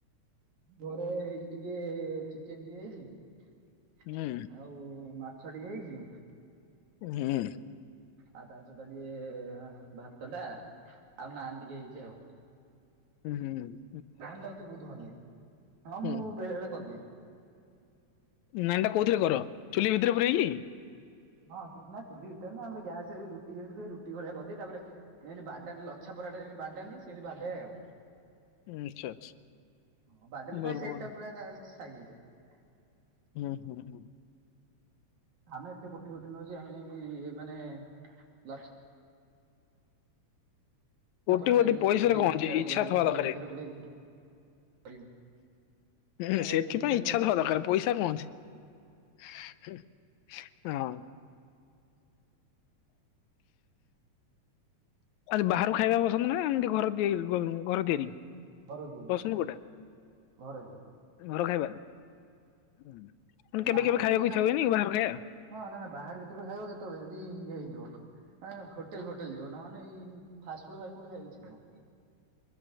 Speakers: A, on the right; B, on the left.
A: ଘରେ ହେଇ ଟିକେ ଚିକେନ ଟିକେ ହେଇଛି
B: ହୁଁ
A: ଆଉ ମା <unintelligible> ଛଡି ଯାଇଛି।
B: ହୁଁ।
A: ଆଉ ତା ସହିତ ଟିକେ ଭାତ ଟା ଆଉ ନାନ୍ ଟିକେ ହେଇଛି ଆଉ।
B: ହୁଁ ହୁଁ ହୁଁ।
A: ନାନ୍ ଟା ମତେ ବହୁତ ଭଲ ଲାଗେ ହଁ
B: ହୁଁ
A: ମୁୁ ବେଳେବେେଳେ କରିଦିଏ।
B: ନାନ ଟା କୋଉଥିରେ କର, ଚୁଲି ଭିତରେ ପୁରେଇକି।
A: ହଁ ନା ଚୁଲି ଭିତରେ ନା ଆମେ ଗ୍ୟାସ ରୁଟି ଯେମିତି ହୁ ରୁଟି ଭଳିଆ କରିଦିଏ ତାପରେ <unintelligible> ବା ଲଛା ପରାଟା ଯେମିତି ବାଡାନ୍ତି ସେମିତି ବାଡାଏ ଆଉ
B: ଆଚ୍ଛା ଆଚ୍ଛା
A: ହଁ ବାଡେଇଲେ
B: ଭଲ
A: ତା ସେପ୍
B: ଭଲ
A: ଟା ପୁରା ତା ସାଇଜ୍ ହେଇ ଯାଏ।
B: ହୁଁ ହୁଁ ହୁଁ।
A: ଆମେ ଏତେ କୋଟି କୋଟି ନଉଛେ ଆମେଇ ମାନେ ଲ
B: କୋଟି
A: ପରାଟା
B: କୋଟି
A: ଯେମିତି
B: ପଇସା
A: ଚୁଲି
B: ରେ କଣ
A: ଭିତରେ
B: ଅଛି ଇଚ୍ଛା
A: ପୁରେଇକି
B: ଥିବା ଦରକାରେ
A: ଇଏ ଭିତରେ ପୁରେଇକି କରିବୁ
B: ହଁ
A: ହେଇ
B: ସେଥିପାଇଁ
A: ହେଇପାରିବନି
B: ଇଛା
A: ଆଉ
B: ଥବା
A: କଣ
B: ଦରକାର
A: କରିବା।
B: ପଇସା କଣ ଅଛି। ହଁ। ଆଜି ବାହାରୁ ଖାଇବା ପସନ୍ଦ ନାହିଁ, ଏମିତି ଘର ଦି ହେ। ଘର
A: ନା
B: ତିଆରି
A: ନା ଘର ତିଆରି
B: ପସନ୍ଦ କୋଉଟା
A: ଘର ତିଆରି
B: ଘର ଖାଇବା। ହୁଁ। ମାନେ କେବେ
A: ବାହାରୁ
B: କେବେ ଖାଇବାକୁ
A: ଯଦି ଖାଇ
B: ଇଚ୍ଛା ହୁଏନି ବାହାର ଖାଇବା?
A: ହଁ ନା ନା ଇ ବାହାରେ ଯେତେବେଳେ ଖାଇବ କେତେବେଳେ ଯଦି ଇଏ ହେଇ। ଯ ହୋଟେଲ ଫୋଟେଲ ଯିବ ନହାନେ ଏଇ ଫାଷ୍ଟ ଫୁଡ ଫାଷ୍ଟ ଫୁଡ ଖାଇବା ଇଛା ନାହିଁ।